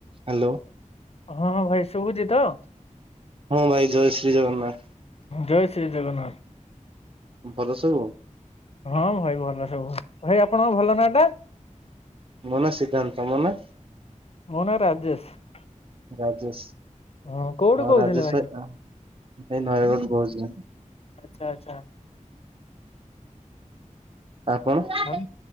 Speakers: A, on the right; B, on the left.
A: ହ୍ୟାଲୋ।
B: ହଁ ଭାଇ ଶୁଭୁଛି ତ?
A: ହଁ ଭାଇ ଜୟ ଶ୍ରୀ ଜଗନ୍ନାଥ।
B: ଜୟ ଶ୍ରୀ ଜଗନ୍ନାଥ।
A: ଭଲ ସବୁ।
B: ହଁ ଭାଇ ଭଲ ସବୁ ଭାଇ ଆପଣଙ୍କ ଭଲ ନାଁ ଟା?
A: ମୋନା ସିଦ୍ଧାନ୍ତ। ତମ ନାଁ?
B: ମୋ ନାଁ ରାଜେଶ।
A: ରାଜେଶ
B: ହଁ କୋଉଠୁ
A: ଆଉ
B: କହୁଥିଲେ
A: ରାଜେଶ
B: ଭାଇ
A: ଭ ଭାଇନାଁ ନୟାଗଡ଼ରୁ କହୁଛି।
B: ଆଛା ଆଛା।
A: ଆପଣ କଣ
B: ଆଉ